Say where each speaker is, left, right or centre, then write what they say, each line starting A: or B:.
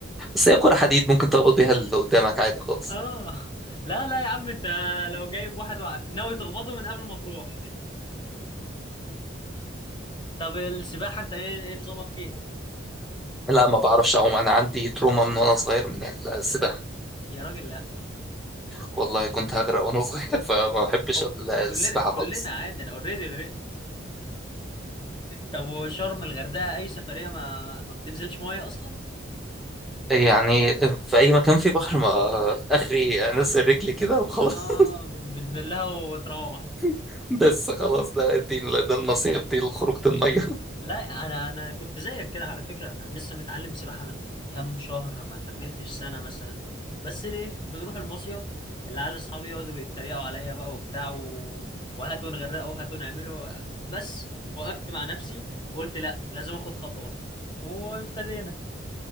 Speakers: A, in the centre; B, on the left.
A: بس هي كره حديد ممكن تخبط بيها اللي قدامك عادي خالص
B: <laughs> اه لا لا يا عم انت لو جايب واحد وع- ناوي تخبطه من قبل ما تروح طب السباحة انت ايه ايه نظامك فيها
A: لا ما بعرفش اعوم انا عندي تروما من وانا صغير من السباحه
B: يا راجل لا
A: والله كنت هغرق وانا صغير <laughs> فما بحبش
B: هو
A: السباحه
B: كلنا
A: خالص
B: كلنا عادي انا اوريدي غرقت طب وشرم الغردقة اي سفرية ما ما بتنزلش مية اصلا
A: يعني في أي مكان في بحر ما آخري أنزل رجلي كده وخلاص
B: اه بت- بتبلها وتروح
A: <laughs> بس خلاص ده دي ده النصيحة دي لخروجة المية
B: لا انا انا كنت زيك كده على فكره انا لسه متعلم سباحه من كام شهر ما كملتش سنه مثلا بس ليه بنروح المصيف العيال اصحابي يقعدوا يتريقوا عليا بقى وبتاع و... وهاتوا نغرقه وهاتوا نعمله بس وقفت مع نفسي وقلت لا لازم اخد خطوه وابتدينا